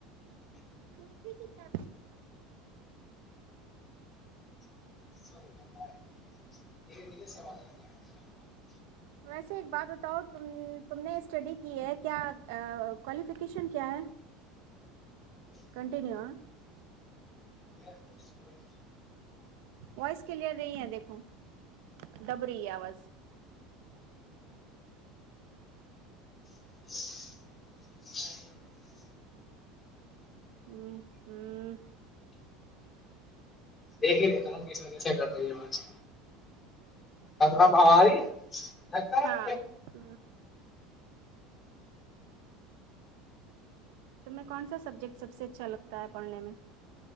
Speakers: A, on the right; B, on the left.
A: فوٹی کی کیاام
B: سری ل رہ السلام علیکم محترم بھائی
A: ویسے ایک بات بتاؤ ت تم نے اسٹڈی کی ہے کیا کوالیفیکیشن کیا ہے کنٹینیو آ
B: ب
A: وائس کلیئر نہیں ہے دیکھو دب رہی ہے آواز
B: السلام علیکم محترم
A: ہوں ہوں
B: دیک ہی لیتا ہوں کس وجہ سے کر رہی ہے آج کب ہماری لگتا ہے
A: ہاں ہ تمیں کون سا سبجیکٹ سب سے اچھا لگتا ہے پڑھنے میں